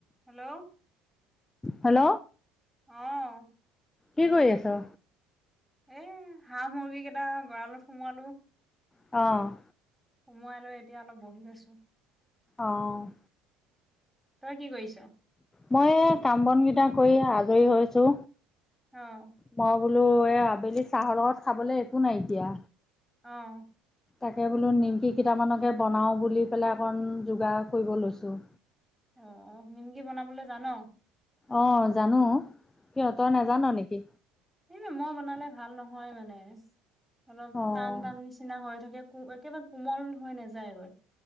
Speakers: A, in the centre; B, on the left.
A: Hello
B: hello
A: অঁ'।
B: কি কৰি আছ?
A: এ হাঁহ মুৰ্গী গেইটা গঁৰা়লত সোমোৱালো।
B: অঁ'
A: সোমোৱাই লৈ এতিয়া অলপ বহি লৈছো।
B: অঁ'
A: তই কি কৰিছ
B: মই এই কাম বন গিটা কৰি আজৰি হৈছো।
A: অঁ'
B: মই বোলো এই আবেলি চাহৰ লগত খাবলে একো নাই এতিয়া।
A: অঁ'
B: তাকে বোলো নিমকি কেইটামানকে বনাওঁ বুলি পেলাই অকণ যোগাৰ কৰিব লৈছোঁ।
A: অঁ অঁ নিমকি বনাবলে জান?
B: অঁ' জানো, কিয় তয় নাজান নেকি?
A: এই মই বনালে ভাল নহয় মানে, অলপ
B: অঁ
A: টান টান নিচ- চিনা হৈ থাকে, একেবাৰে কোমল হৈ নাযায় গৈ।